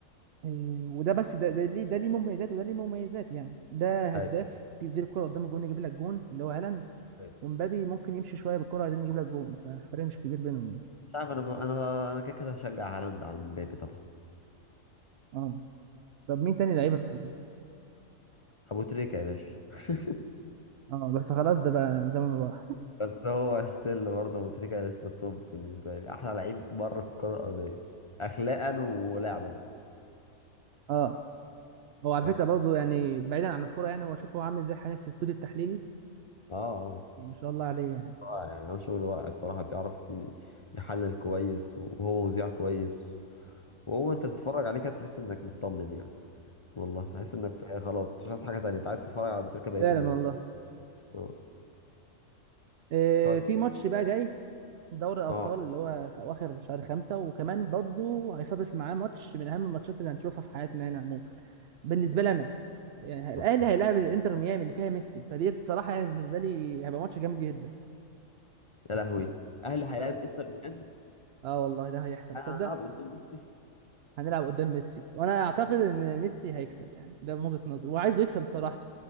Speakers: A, on the right; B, on the left.
A: إيه، وده بس ده ده ليه ده ليه مميزات وده ليه مميزات يعني ده هداف
B: ايوه
A: تديله الكره قدام الجون يجيب لك جون اللي هو هالاند
B: ايوه
A: ومبابي ممكن يمشي شويه بالكره عشان يجيب لك جون فالفرق مش كبير بينهم يعني
B: مش عارف انا ب... انا ب... انا كده كده هشجع هالاند عن مبابي طبعا
A: اه طب مين تاني لعيبه بتحبه
B: ابو تريكه يا باشا <laughs>
A: اه بس خلاص ده بقى زمن راح
B: بس هو ستيل برضه ابو تريكه لسه التوب بالنسبه لي احلى لعيب بره في الكره الارضيه اخلاقا ولعبا
A: اه هو على
B: بس
A: فكره برضه يعني بعيدا عن الكوره يعني هو شوف هو عامل ازاي حاليا في الاستوديو التحليلي
B: اه اه
A: يعني ما شاء الله عليه يعني
B: رائع يعني عامل شغل رائع الصراحه بيعرف ي- يحلل كويس وهو مذيع كويس وهو انت تتفرج عليه كده تحس انك مطمن يعني والله تحس انك في خلاص مش عايز حاجه تانية انت عايز تتفرج على ابو تريكه بقيه
A: فعلا
B: اليوم
A: والله
B: اه
A: آه،
B: طيب
A: في ماتش بقى جاي دوري الابطال
B: اه
A: اللي هو في اواخر شهر خمسة وكمان برضو هيصادف معاه ماتش من اهم الماتشات اللي هنشوفها في حياتنا هنا عموما بالنسبه لي انا يعني الاهلي
B: بالظبط.
A: هيلاعب الانتر ميامي اللي فيها ميسي فدي الصراحه يعني بالنسبه لي هيبقى ماتش جامد جدا
B: يا لهوي اهلي هيلاعب
A: ف...
B: انتر ميلان
A: اه والله ده هيحصل
B: انا
A: تصدق
B: هلعب قدام ميسي
A: هنلعب قدام ميسي وانا اعتقد ان ميسي هيكسب يعني ده من وجهه نظري وعايزه يكسب الصراحه